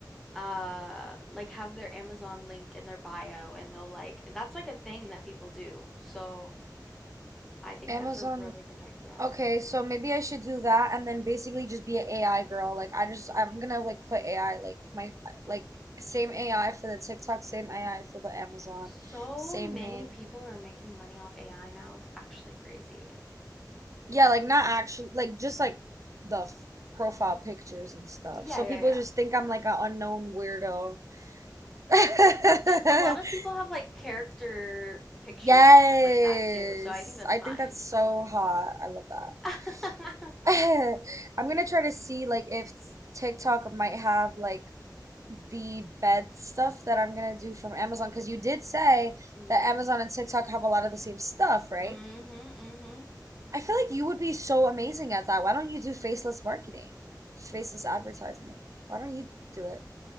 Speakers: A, in the centre; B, on the right.
A: uh like have their Amazon link in their bio and they'll like that's like a thing that people do. So I think
B: Amazon.
A: that's a really good idea.
B: Okay, so maybe I should do that and then basically just be an AI girl. Like I just I'm gonna like put AI like my like same AI for the TikTok, same AI for the Amazon,
A: So
B: same
A: many
B: name.
A: people are making money off AI now. It's actually crazy.
B: Yeah, like not actually like just like the f profile pictures and stuff.
A: Yeah,
B: So
A: yeah,
B: people
A: yeah.
B: just think I'm like an unknown weirdo. <laughs>
A: A lot of people have like character pictures
B: Yes.
A: and stuff like that too. So I think that's
B: I
A: fine.
B: think that's so hot. I love that.
A: <laughs>
B: <laughs> I'm gonna try to see like if TikTok might have like the bed stuff that I'm gonna do from Amazon because you did say
A: Mm,
B: that Amazon and TikTok have a lot of the same stuff, right?
A: mm-hmm, mm-hmm.
B: I feel like you would be so amazing at that. Why don't you do faceless marketing? Faceless advertisement. Why don't you do it?